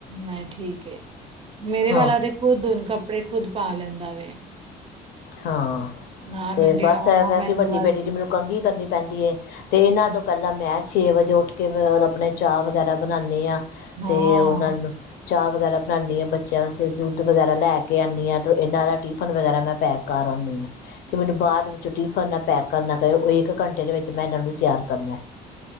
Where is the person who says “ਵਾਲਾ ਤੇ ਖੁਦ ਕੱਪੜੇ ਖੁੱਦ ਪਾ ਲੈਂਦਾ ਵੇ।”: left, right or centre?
Right